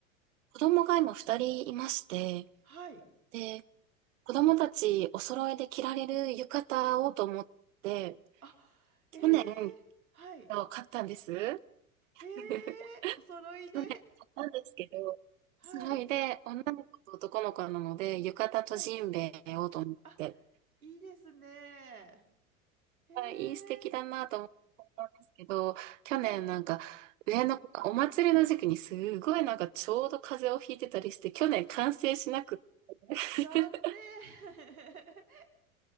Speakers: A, on the right (about 60°); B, on the right (about 85°).
A: 子供が今二人いまして、
B: はい。
A: で、子供たちお揃いで着られる浴衣をと思って、
B: あ、ええはい、
A: 去年そう、買ったんです。<laughs>
B: ええお揃いで、
A: 去年買ったんですけど、
B: <laughs> はい、
A: それで女の子と男の子なので、浴衣とジンベエをと思って、
B: はい。あ、いいですね。へ
A: あ、いい素敵だなと思っったんですけど、
B: え、
A: 去年なんか上の子がお祭りの時期にすごいなんかちょうど風邪をひいてたりして、
B: はい。
A: 去年完成しなくって
B: あ、残念。
A: <laughs>
B: <laughs>